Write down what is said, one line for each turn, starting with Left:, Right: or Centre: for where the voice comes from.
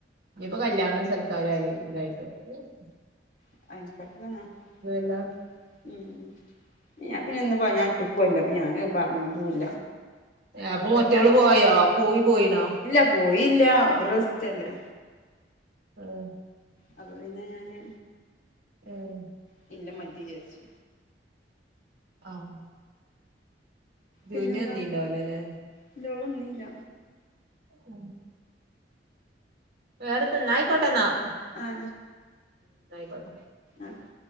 Right: ഇനിപ്പോ കല്യാണ സ കാര്യല് <unintelligible>
Left: <inaudible>
Right: എല്ലാം
Left: ഉം ഉം ഞാൻ പിന്നെ ഒന്ന്റ്റക്കുല്ല അപ്പൊ ഞാൻ അത്പറഞ്ഞതുംല്ല
Right: അപ്പൊ മറ്റോള് പോയോ പൂവി പോയിനോ
Left: ഇല്ല പോയില്ല ഓൾക്ക് റസ്റ്റ് അല്ലെ
Right: ആഹ്
Left: അപ്പൊ പിന്നെ ഞാന്
Right: ഏഹ്
Left: പിന്നെ മതി വിചാരിച്ചു
Right: ആഹ് <inaudible> ജുനു
Left: പിന്നെന്താ
Right: വന്നിണ്ടാവുലല്ലേ
Left: ഇല്ല ഓള് വന്നീല്ല
Right: ഉം വേറെന്താ ന്നയിക്കോട്ടന്നാ ഉം
Left: ആഹ്
Right: എന്ന ആയിക്കോട്ടെ
Left: അതെ